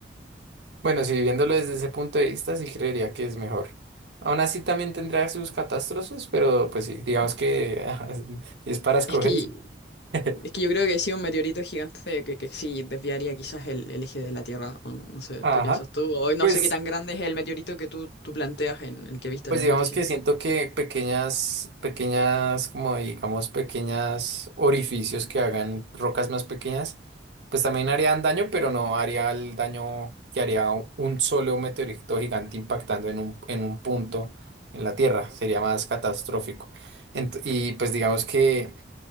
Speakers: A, on the right; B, on the left.
A: Bueno, si viéndolo desde ese punto de vista, sí creería que es mejor. Aún así también tendrá sus catástrofes, pero pues sí, digamos que <laughs> ajá, si es para escogerse.
B: Es que
A: <laughs>
B: Es que yo creo que sí, un meteorito gigante que, que sí desviaría quizás el, el eje de la Tierra. o no no sé,
A: Ajá.
B: ¿qué piensas tú? O no
A: Pues
B: sé qué tan grande es el meteorito que tú, tú planteas en el que viste
A: Pues
B: en las
A: digamos
B: noticias.
A: que siento que pequeñas, pequeñas, como digamos, pequeñas orificios que hagan rocas más pequeñas, pues también harían daño, pero no haría el daño que haría u- un solo meteorito gigante impactando en un, en un punto en la Tierra. Sería más catastrófico. Ent- y pues digamos que